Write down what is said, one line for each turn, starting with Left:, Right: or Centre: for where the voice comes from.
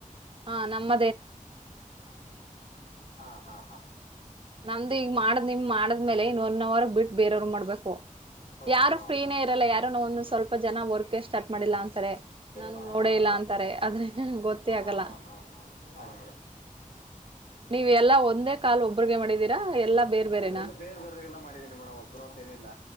Right: ಹಾ ನಮ್ಮ
Left: ಹಾ ಹಾ ಹಾ ಹ
Right: ನಮ್ದು ಈಗ ಮಾಡದ್ ನಿಮ್ ಮಾಡದ್ಮೇಲೆ ಇನ್ ಒನ್ ಅವರ್ ಬಿಟ್ಟು ಬೇರೆಯವ್ರು ಮಾಡ್ಬೇಕು
Left: ಹಓ
Right: ಯಾರು
Left: ಹಾ
Right: ಫ್ರೀನೇ ಇರಲ್ಲ ಯಾರು ಒಂದ್ ಸ್ವಲ್ಪ ಜನ ವರ್ಕ್ ಸ್ಟಾರ್ಟ್ ಮಾಡಿಲ್ಲ ಅಂತಾರೆ ನಾನು
Left: ಹಾ
Right: ನೋಡೇ
Left: ಹಾ
Right: ಇಲ್ಲ ಅಂತಾರೆ ಆದ್ರೆ ಗೊತ್ತೇ
Left: ಹಾ
Right: ಆಗಲ್ಲ
Left: ಹಾ ಹಾ ಹಾ ಸ
Right: ನೀವು ಎಲ್ಲಾ ಒಂದೇ ಕಾಲ್ ಒಬ್ಬ್ರಗೆ ಮಾಡಿದೀರಾ ಎಲ್ಲಾ ಬೇರ್ ಬೇರೆನಾ
Left: ಎಲ್ಲ ಬೇರ್ ಬೇರಗೆಲ್ಲ ಮಾಡಿದೀನಿ ಮೇಡಮ್ ಒಬ್ರು ಅಂತ ಏನಿಲ್ಲ